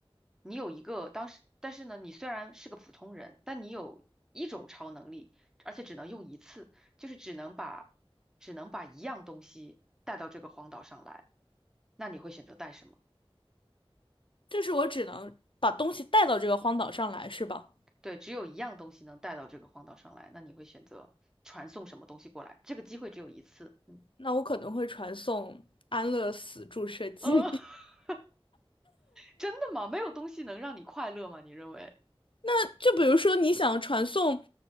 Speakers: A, in the centre; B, on the left (about 60°).
A: 你有一个当时，但是呢，你虽然是个普通人，但你有一种超能力，而且只能用一次。就是只能把只能把一样东西带到这个荒岛上来，那你会选择带什么？
B: 就是我只能把东西带到这个荒岛上来，是吧？
A: 对，只有一样东西能带到这个荒岛上来，那你会选择传送什么东西过来？这个机会只有一次，嗯，
B: 那我可能会传送安乐死注射剂。
A: 哦，<laughs> 真的吗？没有东西能让你快乐吗？你认为？
B: 那就比如说你想传送